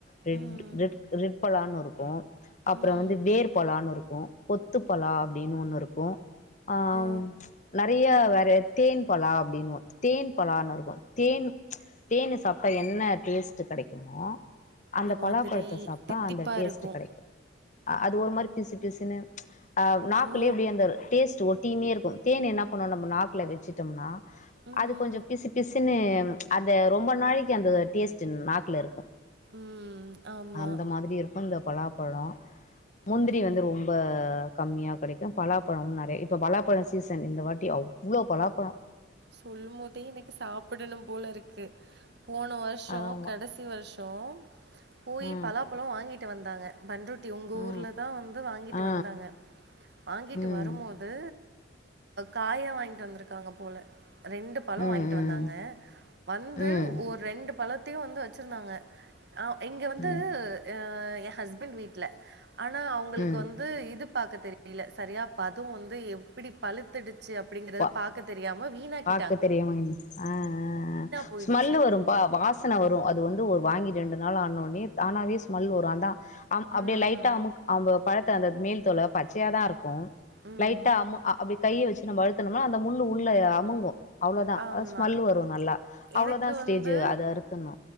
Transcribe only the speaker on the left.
ரெட்
ரெட் ரெட் பலான்னுருக் க்கூ அப்புற
வந்து வேர் பலானுருக் க்கூ கொத்து பலா அப்டினு ஒண்ணுருக்கூ ஆ‌
நறிய வேற தேன் பலா அப்டின்னுவொ தேன் பலான்னுருக்கு தேன் தேன் சாப்ட்டா என்ன டேஸ்ட்டு கெடைக்குமோ அந்த
பலாப்பழத்த சாப்ட்டா
அந்த டேஸ்ட்டு
கெடைக்கு அது ஒரு மாரி பிசு பிசுனு ஆ நாக்குலேப்டிய
அந்தரு டேஸ்ட்டு ஒட் டீனேருக்கு தேன் என்ன பண்ணோ நம்ம நாக்குல வச்சுட்டம்னா
அது கொஞ்ச பிசு பிசுனு அந்த ரொம்ப நாளைக்கு அந்த டேஸ்ட்டு நாக்குல இருக்கு
அந்த மாதிரி இருக்கு இந்த பலா பழோ முந்திரி
வந்து ரொம்ப கம்மியா கெடைக்கும் பலாப்பழம் நெறை இப்ப பலாப்பழ சீசன் இந்த வாட்டி அவ்ளோ பலாப்பழொ
ஆமா
ஆ
ஆ
ஆ ஆ
ம்
ம்
ம்
ம்
ம்
ம்
ப
பாக்க தெரியாம ஆஹஹஹ
ஸ்மெல்லு வரும்பா வாசன வரு அது வந். து ஒரு வாங்கி ரெண்டு நாள் ஆனோனே தானாவே ஸ்மெல் வரு அதா. அம் அப்படியே
லைட்டா அமுக் அவ பழத். த அந்த மேல்தோள பச்சையாதா இருக்கு.
லைட்டா அம்மு அ அப்படி கைய வச்சு. நம்ம அழுத். துனம்னா அந்த முள்ளு உள்ள அமுங்கு. அவ்வளோதா
ஸ்மெல் வரு நல்லா. அவ்வளோதா
ஸ்டேஜ்
அதைன அறுத்தன்னு